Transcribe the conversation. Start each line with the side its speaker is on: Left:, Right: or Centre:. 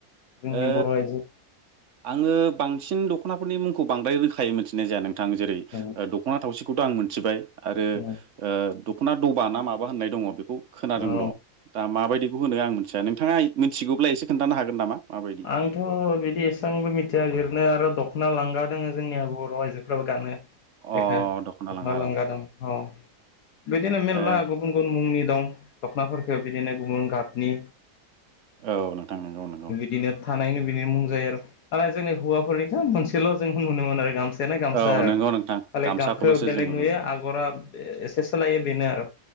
Left: जोंनि
Right: ओ
Left: बर' आइजो
Right: आङो बांसिन दख'नाफोरनि मुंखौ बांद्राय रोखायै मिथिनाय जाया नोंथां जेरै
Left: उम
Right: दख'ना थावसिख खौथ' आं मोनथिबाय आरो
Left: उम
Right: ओ दख'ना दबा ना माबा होननाय दङ बेखौ खोनादोंल'
Left: औ
Right: दा माबायदिखौ होनो आं मिथिया नोंथाङा मिथिगौब्ला एसे खोन्थानो हागोन नामा माबायदि
Left: आंथ' बिदि एस आंबो मिथिया बिरनो आरो दख'ना लाग्रा दोङो जोंनिया बर' आइजोफ्राबो गानो बेखो
Right: अ
Left: दख'ना
Right: लांगा
Left: लानग्रा
Right: औ
Left: दं थ बिदिनो मेलला
Right: ओ
Left: गुबुन गुबुन मुंनि दं दख'नाफोरखौ बिदिनो गुबुन गाबनि
Right: औ नोंथां नोंगौ नोंगौ
Left: बिदिनो थानायनो बिनिनो मुं जायो आरो आरो जोंनि हौवाफोरनिखौ मोनसेल' जों नुनो मोनो आरो गामसा दानाय गामसा
Right: औ
Left: आरो
Right: नंगौ
Left: खालि
Right: नोंथां गामसाखौल'सो
Left: गाबखौ बेलेग
Right: जों नुनो
Left: नुयो
Right: मोनो
Left: आगरा एसे सोलायो बेनो आरो